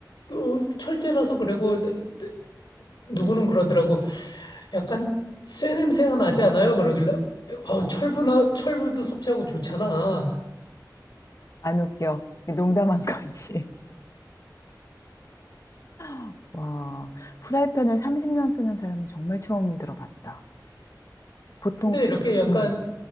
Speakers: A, on the left (about 75°); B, on the left (about 45°).
A: 어, 철제라서 그리고 내- 내- 누구는 그러더라고. 약간 쇠 냄새가 나지 않아요? 그러길래 어,
B: 음,
A: 철분하, 철분도 섭취하고 좋잖아.
B: 안 웃겨. 농담한 거지. <laughs> 와, 프라이팬을 30년 쓰는 사람은 정말 처음 들어봤다. 보통,
A: 근데 이렇게 약간
B: 음,